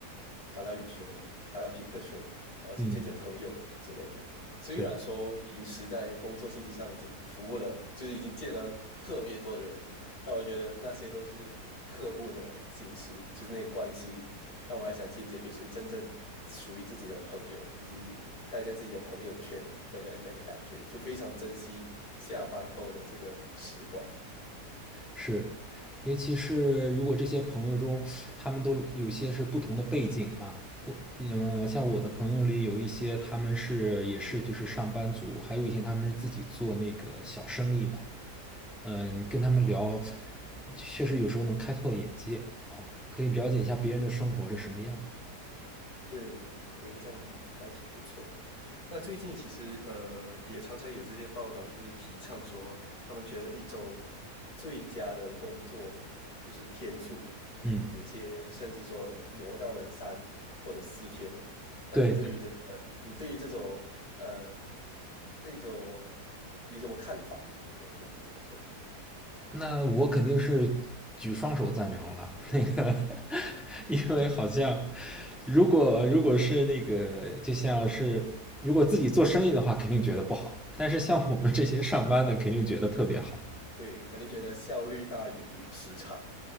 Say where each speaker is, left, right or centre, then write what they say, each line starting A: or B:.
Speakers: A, on the left; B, in the centre.
A: 打打羽球，打打匹克球，然后去见见朋友什么之类的。
B: 嗯，
A: 虽然说平时在工作性质上已经服务了，
B: 对。
A: 就是已经见了特别多的人，但我觉得那些都是客户的形式，就是那些关系。但我还想见见，就是真正属于自己的朋友，以及待在自己的朋友圈的那那个感觉，就非常珍惜下班后的这个时光。
B: 是，尤其是如果这些朋友中，他们都有些是不同的背景嘛，不，嗯，像我的朋友里有一些他们是也是就是上班族，还有一些他们是自己做那个小生意的，嗯，跟他们聊，确实有时候能开拓眼界啊，可以了解一下别人的生活是什么样的。
A: 对，我觉得这样还挺不错的。那最近其实呃，也常常有这些报道，就是提倡说，他们觉得一周最佳的工作就是天数，
B: 嗯，
A: 有些甚至说挪到了三或者四天。那你对于这个，
B: 对对。
A: 你对于这种呃，这种有什么看法？应该是怎么这么说？
B: 那我肯定是举双手赞成了啊。<laughs> 那个，<laughs> 因为好像如果如果是那个，就像是如果自己做生意的话，肯定觉得不好。但是像我们这些上班的，肯定觉得特别好。
A: 对，肯定觉得效率大于时长，